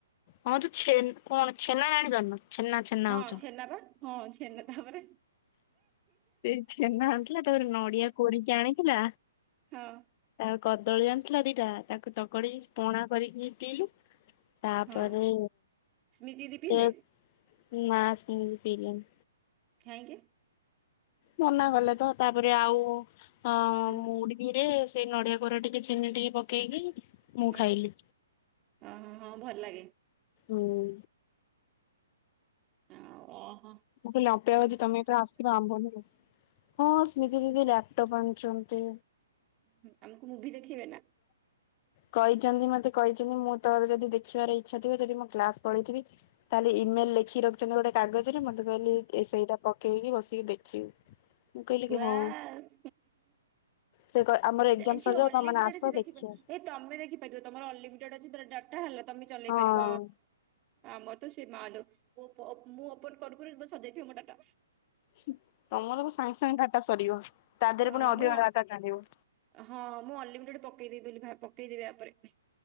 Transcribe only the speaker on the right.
ହଁ
ଛେନା ବା ହଁ ଛେନା ତାପରେ।
ହଁ ହଁ
ହଁ ସ୍ମିତି ଦିଦି ପିଇଲେ
କାଇଁକି।
ହୁଁ
ହୁଁ
ଓହୋ ହଁ ଭଲ ଲାଗେ
ଆଉ ଆ ହ।
ହୁଁ ଆମକୁ ମୁଭି ଦେଖେଇବେ ନା।
ୱାଓ
ଯିଏ
ଅନଲିମିଟେଡ
ଅଛି ଦେଖିବେ
ଏ ତମେ ଦେଖିପାରିବ ତମର ଅନଲିମିଟେଡ ଅଛି ସେତେରେ ଡାଟା ହେଲା ତମେ ଚଲେଇ
ପାରିବ। ଆମର ତ ସେ ମା ଲୋ ମୁଁ ଓପ ମୁଁ ଓପନ କରୁ କରୁ ସରି ଯାଇଥିବା ମୋ ଡାଟା।
ହଁ
ମୁଁ
ହଁ ମୁଁ ଅନଲିମିଟେଡ଼ ପକେଇଦବି ବୋଲି ଭା ପକେଇଦବି ୟା ପରେ ଆ‌